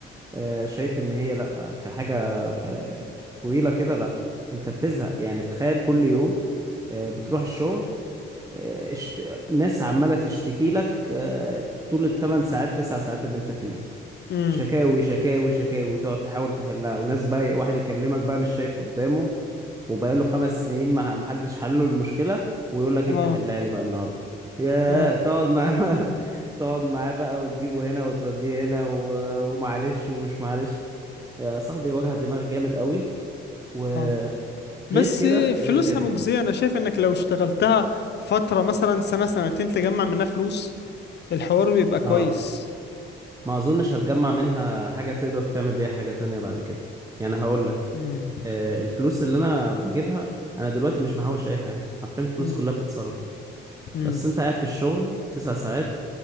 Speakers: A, on the right; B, on the left.
A: آه، شايف ان هي لا كحاجه آه، طويله كده لا انت بتزهق يعني تخيل كل يوم آه، بتروح الشغل آه، اشت... ناس عمالة تشتكي لك آه، طول الثمان ساعات تسع ساعات اللي انت فيهم
B: مم.
A: شكاوي شكاوي شكاوي تقعد تحاول تحلها وناس بقى واحد يكلمك بقى مش شايف قدامه وبقاله خمس سنين ما ما حدش حل له المشكلة ويقول لك
B: اه
A: انت حلها لي بقى النهارده يا
B: اه
A: تقعد معاه <laughs> تقعد معاه بقى وتجيبه هنا وتوديه هنا و... ومعلش ومش معلش يا صاحبي وجع دماغ جامد قوي وغير
B: اه بس
A: كده
B: فلوسها
A: غير كده
B: مجزية انا شايف انك لو اشتغلتها فترة مثلا سنة سنتين تجمع منها فلوس الحوار بيبقى كويس
A: اه ما اظنش هتجمع منها حاجة تقدر تعمل بيها حاجة تانية بعد كده يعني هقول لك
B: مم.
A: آه، الفلوس اللي انا بجيبها انا دلوقتي مش محوش اي حاجة عارفين الفلوس
B: مم.
A: كلها بتتصرف
B: مم.
A: بس انت قاعد في الشغل تسع ساعات